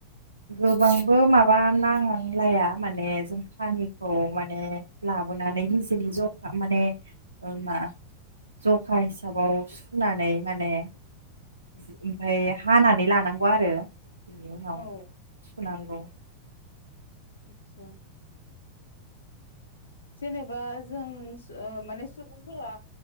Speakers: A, on the right; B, on the left.
A: गोबांबो माबा नांलाया माने जों कानिखौ माने लाबो <inaudible> निजिनि ज'खा माने मा जखा हिसाबाव सुनानै माने ओमफ्राय हानानै लानांगौ आरो। बिनि उनाव
B: औ
A: सुनांगौ
B: आतसा
A: <inaudible>
B: जेनेबा जों माने सुबुंफोरा